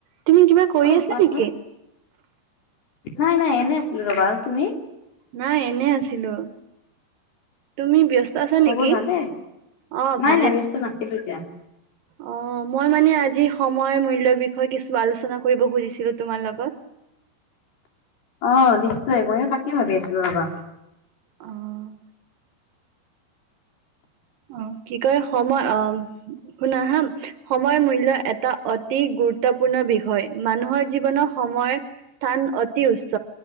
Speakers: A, on the right (about 65°); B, on the left (about 70°).
A: তুমি কিবা কৰি
B: অ'
A: আছা
B: কোৱাচোন।
A: নেকি?
B: নাই নাই, এনে আছিলো ৰ'বা! আৰু তুমি?
A: নাই এনে আছিলো। তুমি ব্যস্ত আছে
B: খবৰ
A: নেকি?
B: ভালে
A: অ'
B: নাই
A: ভালে।
B: নাই ব্যস্ত নাছিলো এতিয়া
A: অ' মই মানে আজি সময়ৰ মূল্যৰ বিষয়ে কিছু আলোচনা কৰিব খুজিছিলো তোমাৰ লগত।
B: অ' নিশ্চয় ময়ো তাকে ভাবি আছিলো ৰ'বা!
A: অ'। অ' কি কয় সময় অ' শুনা হা? সময় মূল্য এটা অতি গুৰুত্বপূৰ্ণ বিষয়। মানুহ জীৱন সময় স্থান অতি উচ্চ।